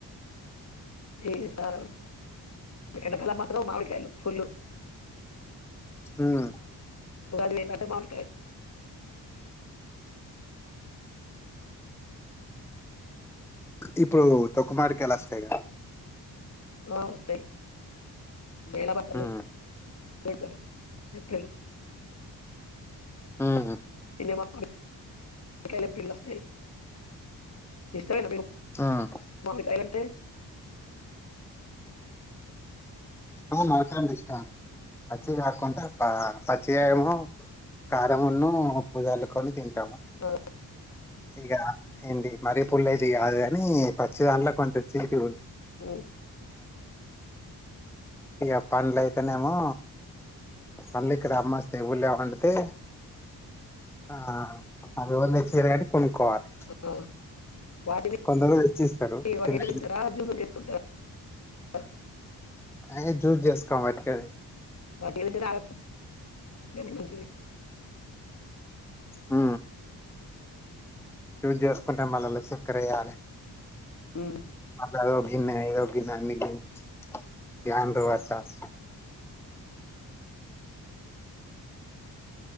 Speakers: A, on the left (about 35°); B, in the centre.
A: వెయ్యి సార్లు ఎండకాలం మాత్రం మామిడికాయలు ఫుల్లు
B: ఉమ్
A: ఉగాది పోయిందంటే మామిడికాయ
B: ఇప్పుడు తక్కువ మామిడికాయలు వస్తాయి కదా
A: ఆ వస్తాయి నేల పచ్చళ్ళు
B: ఉమ్
A: పెడతారు పిక్కయి <inaudible>
B: ఉమ్
A: <unintelligible> మామిడికాయలు పిల్లస్తోయి ఇష్టమేనా మీకు
B: ఉమ్
A: మామిడికాయలు అంటే
B: ఆ మామిడికాయలు అంటే ఇష్టమే పచ్చి కాకుండా పచ్చిగాయము కారంమున్న ఉప్పు జల్లుకొని తింట టాం
A: ఆ!
B: ఇక ఏంటి మరీ పుల్లవి అయితే కాదు కాని పచ్చి దాంట్లో కొంచెం తీపి ఉంటాయి
A: ఉమ్
B: ఇగ పండ్ల అయితేనేమో పండ్లు ఇక్కడ అమ్మోస్తయి ఊళ్లో పండితే ఆ అవిగున్ తెచ్చిర్ గాని కొనుక్కోవాలి.
A: ఆ! వాటిని
B: కొందరు తెచ్చిస్తారు
A: <unintelligible> వట్టిగనే
B: చిన్న
A: తింటారా జ్యూసుల్ చేసుకుంటరా <inaudible>
B: అ య్ జూస్ జేస్కొం వట్టిగనే
A: వట్టిగ తింటెనే ఆరోగ్యానికి మంచిది
B: ఆ జూస్జేసుకుంటె మల్లల్ల సెక్కరెయ్యాలె
A: మ్మ్మ్
B: మల్లదో గిన్నె ఇదో గిన్న అని గిన్ ఇగ అంటు బట్టాలె